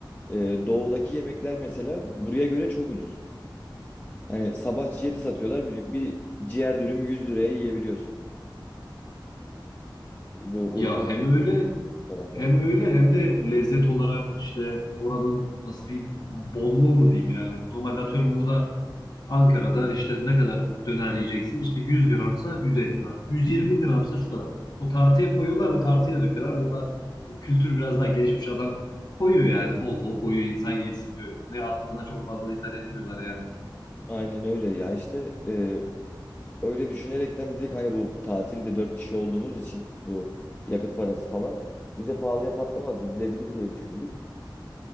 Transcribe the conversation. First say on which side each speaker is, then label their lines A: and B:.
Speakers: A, on the left; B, on the left.
A: Ee, doğudaki yemekler mesela buraya göre çok ucuz. Hani sabah ciğeri satıyorlar. Bir, bir ciğer dürüm 100 liraya yiyebiliyorsun. Bu
B: Ya
A: Urfa
B: hem öyle
A: taraflarında.
B: hem öyle hem de lezzet olarak işte oranın nasıl diyeyim bolluğu mu diyeyim yani. Normalde atıyorum burada Ankara'da işte ne kadar döner yiyeceksin? İşte 100 gramsa 150 lira. 120 gramsa şu kadar. O tartıya koyuyorlar, o tartıyla döküyorlar. burada o kültür biraz daha gelişmiş adam koyuyor yani bol bol koyuyor insan yesin diyor. Ne attığına çok fazla dikkat etmiyorlar yani.
A: Aynen öyle ya işte e, öyle düşünerekten dedik hani bu tatilde 4 kişi olduğumuz için bu yakıt parası falan bize pahalıya patlamaz gidilebilir diye düşündük.